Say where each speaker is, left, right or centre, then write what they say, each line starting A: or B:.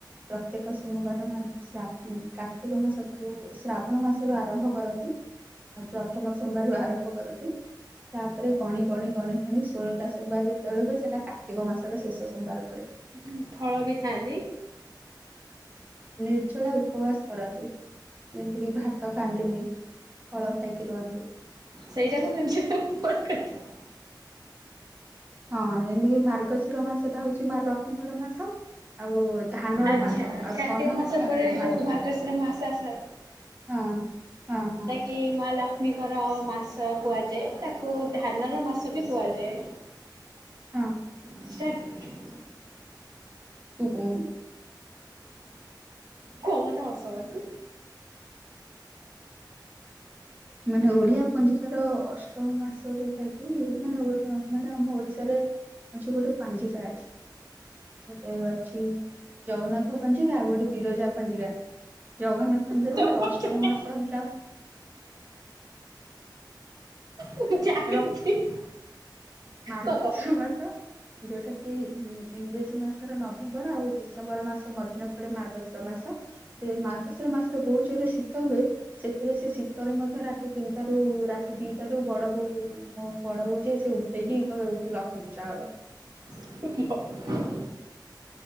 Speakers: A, on the right; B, on the right.
A: ବ୍ର ପ୍ରତ୍ୟେକ ସୋମବାର ମାନେ ଶ୍ରା କାର୍ତ୍ତିକ ମାସ ଠାରୁ ଶ୍ରାବଣ ମାସରୁ ଆରମ୍ଭ କରନ୍ତି। ଆଉ ପ୍ରଥମ ସୋମବାରୁ ଆ ରମ୍ଭ କରନ୍ତି। ତାପରେ ଗଣି ଗଣି ଗଣି ଗଣି ଷୋଳଟା ସୋମବାର ଯେତବେଳେ ହୁଏ। ସେଟା କା କାର୍ତ୍ତିକ ମାସର ଶେଷ ସୋମବାର ପଡେ।
B: ହୁଁ ଫଳ ବି ଖାଆନ୍ତି।
A: ନିର୍ଜଳା ଉପବାସ କରନ୍ତି। ଯେମିତି କିି ଭାତ ଖାଆନ୍ତିନି ଫଳ ଖାଇକି ରୁହନ୍ତି।
B: ସେଇଟାକୁ ନିର୍ଜଳା ଉପବାସ <unintelligible>
A: ହଁ ଯେମିତିକି ମାର୍ଗଶିର ମାସଟା ହୋଉଚି ମା ଲକ୍ଷ୍ମୀଙ୍କର ମାସ। ଆଉ ଧାନର
B: ଆଚ୍ଛା
A: ମାସ ଆଉ
B: କାର୍ତ୍ତିକ
A: ଧନ
B: ମାସ
A: ମଧ୍ୟ ଆସିବ।
B: ପରେ ଯୋଉ
A: ମାର୍ଗ
B: ମାର୍ଗଶିର ମାସ ଆସ
A: ହଁ ହଁ ହଁ।
B: କି ମା ଲକ୍ଷ୍ମୀଙ୍କର ମାସ କୁହାଯାଏ ତାକୁ ଧାନର ମାସ ବି କୁହାଯାଏ।
A: ହଁ।
B: ଷ୍ଟାଟ
A: ତୁ କୋଉନୁ।
B: କୁଅ <unintelligible> ମତେ ହସ ମାଡୁଚି।
A: ମାନେ ଓଡିଆ ପଞ୍ଜିକାର ଅଷ୍ଟମ ମାସ ଯୋଉଟା କି ମାନେ ଓଡ ମାନେ ଆମ ଓଡିଶାରେ ଆଚ୍ଛା ଗୋଟେ ପାଞ୍ଜିକା ଅଛି। ଗୋଟେ ଅଛି ଜଗନ୍ନାଥ ପାଞ୍ଜିକା ଆଉ ଗୋଟେ ବିରଜା ପାଞ୍ଜିକା ଜଗନ୍ନାଥ ମନ୍ଦିରରେ
B: ତତେ ପଚାରେ
A: ଅଷ୍ଟମ ମାସ ହେଲା।
B: ମୁଁ ଜାଣିଚି।
A: ର
B: <unintelligible>
A: ମାର୍ଗଶିର
B: କହ କହ।
A: ମାସ ଯୋଉଟା କି ଇ ଇଂରେଜୀ ମାସର ନଭେମ୍ବର ଆଉ ଡିସେମ୍ବର ମାସ ମଧ୍ୟରେ ପଡେ ମାର୍ଗଶିର ମାସ। ଏ ମାର୍ଗଶିର ମାସରେ ବୋହୁତ ଜୋରରେ ଶୀତ ହୁଏ। ସେଥିରେ ସେ ଶୀତରେ ମଧ୍ୟ ରାତି ତିନିଟାରୁ ରାତି ଦିଇଟାରୁ ବଡ ବୋଉ ମୋ ବଡ ବୋଉ ଯିଏ ସେ ଉଠେଇକି କହିବେ ଉଠୁ ଲକ୍ଷ୍ମୀ ପୂଜା ହବ।
B: <unintelligible>